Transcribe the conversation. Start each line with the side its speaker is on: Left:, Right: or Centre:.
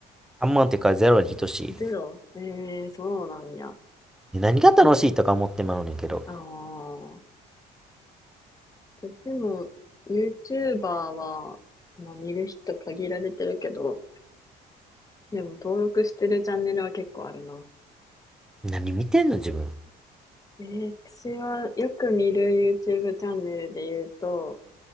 Centre: あんまんっていうかゼロに等しい。
Left: ゼロええー、そうなんや。あ
Centre: ね何が楽しいとか思ってまうねんけど。
Left: あ。私も YouTuber は、まあ見る人限られてるけど、でも登録してるチャンネルは結構あるな。
Centre: 何見てんの自分。
Left: えー、私はよく見る YouTube チャンネルで言うと、